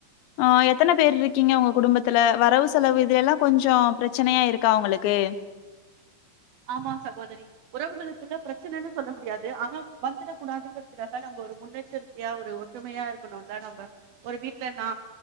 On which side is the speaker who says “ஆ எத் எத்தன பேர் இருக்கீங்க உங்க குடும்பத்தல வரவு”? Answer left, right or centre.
Left